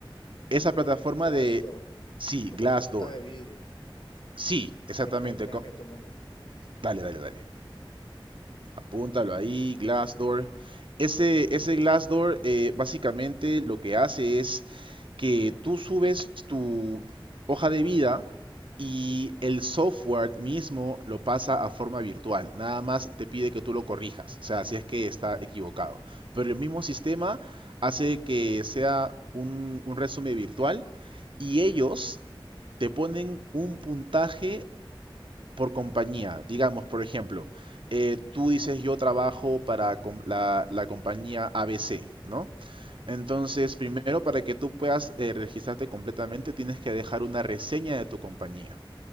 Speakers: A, on the right; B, on the left.
A: Esa
B: Gl-
A: plataforma
B: Glassdoor,
A: de... Sí,
B: como
A: Glassdoor.
B: puerta de vidrio.
A: Sí, exactamente.
B: Déjame, déjame
A: co-
B: tomo nota.
A: Dale, dale, dale. Apúntalo ahí, Glassdoor. Ese, ese Glassdoor eh, básicamente lo que hace es que tú subes tu hoja de vida y el software mismo lo pasa a forma virtual. Nada más te pide que tú lo corrijas, o sea, si es que está equivocado. Pero el mismo sistema hace que sea un, un resumen virtual y ellos te ponen un puntaje por compañía. Digamos, por ejemplo, eh, tú dices yo trabajo para com- la, la compañía ABC, ¿no? Entonces, primero, para que tú puedas eh, registrarte completamente, tienes que dejar una reseña de tu compañía.